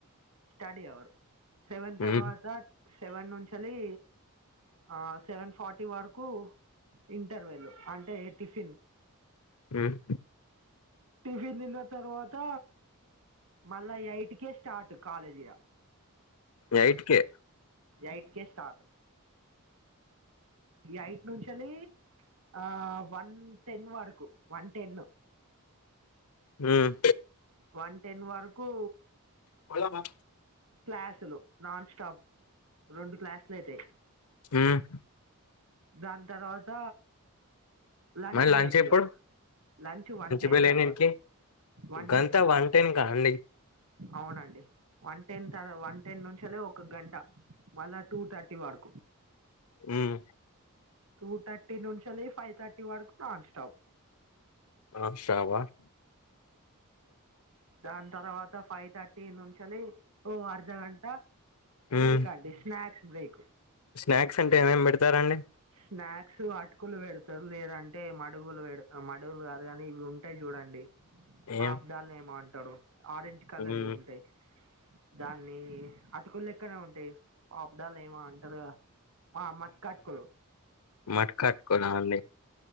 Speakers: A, on the right (about 65°); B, on the left (about 75°).
A: స్టడీ అవర్ సెవెన్
B: హ్మ్
A: తర్వాతా సెవెన్ నుంచెలీ ఆ సెవెన్ ఫార్ట్ టీ వరకూ ఇంటర్వెల్లు అంటే టిఫిన్.
B: ఉమ్
A: టిఫిన్ తిన్న తర్వాత మళ్ళా ఎయిట్కే స్టార్ట్ కాలేజీగా
B: ఎయిట్ట్కే
A: ఎయిట్ కే స్టార్ట్ ఏయిట్ నుంచలి ఆ వన్ టెన్ వరకు వన్ టెన్
B: ఉమ్
A: వన్ టెన్ వరకు
B: పోదమా
A: క్లాసులు నాన్ స్టాప్ రెండు క్లాసులు అయితాయి
B: ఉమ్
A: దాని తర్వాత లంచ్
B: మరి
A: బ్రేక్
B: ఎప్పుడు
A: ఇక లంచ్ వన్ టెన్
B: బెల్
A: తర్వాత
B: ఎన్నింటికి
A: వన్
B: గంతా
A: టెన్
B: వన్ టెన్ కా అండి
A: అవునండి వన్ టెన్ తర్ వన్ టెన్ నుంచలే ఒక గంట మళ్ళ టూ థర్టీ వరకు
B: ఉమ్
A: టూ థర్టీ నుంచలే ఫైవ్ థర్టీ వరకు నాన్ స్టాప్
B: ఆషాబ
A: దాని తర్వాత ఫైవ్ థర్టీ నుంచేలి ఓ అర్ధగంట బ్రేక్
B: ఉమ్
A: అండి స్నాక్స్ బ్రేక్
B: స్నాక్స్ అంటే ఏమేమి పెడతారండి
A: స్నాక్స్ అటుకులు వెడతారు లేదంటే మడుగులు వేడు మడుగులు కాదు గానీ ఇవి ఉంటాయి చూడండి పాప్దాని
B: ఏం
A: ఏమో అంటారు ఆరెంజ్ కలర్
B: ఉమ్
A: లో ఉంటాయి దాన్ని అటుకుళ్ లెక్కనే ఉంటాయి పాప్ధాన్ ఏమో అంటారు కదా ఆ మత్ కట్కోలు
B: మాట్కాట్కోలా అండి